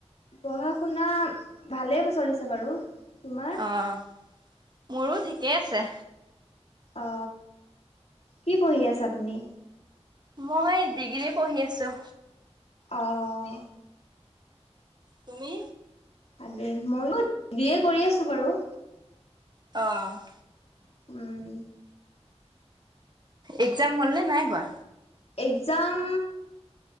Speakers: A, on the left; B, on the right.
A: পঢ়া শুনা, ভালেই চলিছে বাৰু। তোমাৰ?
B: অঁ, মোৰো ঠিকেই আছে।
A: অ, কি পঢ়ি আছা তুমি?
B: মই ডিগ্ৰী পঢ়ি আছো।
A: অঁ!
B: তুমি?
A: ভালেই মইো ডিগ্ৰ্ৰীে কৰি আছো বাৰু।
B: অঁ।
A: উম!
B: একজাম হ'ল নে নাই হোৱা?
A: একজাম?